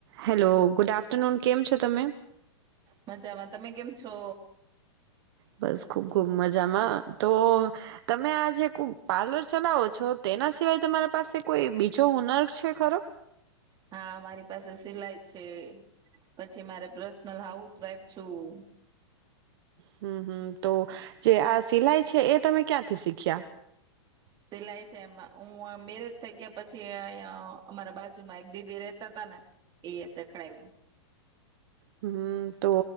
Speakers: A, on the right; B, on the right.
A: Hello good after afternoon કેમ છો તમે?
B: મજામાં તમે કેમ છો?
A: બસ ખુબ ખુબ મજામા. તો તમે આ જે કુ પાર્લર ચલાવો છો, તેના સિવાય તમારા પાસે કોઈ બીજો હુનર છે ખરો?
B: હા મારી પાસે સિલાઈ છે. પછી મારે પર્સનલ હાઉસવાઇફ છું.
A: હમ હમ તો જે આ સિલાઈ છે. એ તમે ક્યાંથી શીખ્યા?
B: સિલાઈ છે એમાં હું મેરેજ થઈ ગયા પછી અ અમારા બાજુમાં એક દીદી રેતા તા ને એ યે શેખડાયું.
A: હમ તો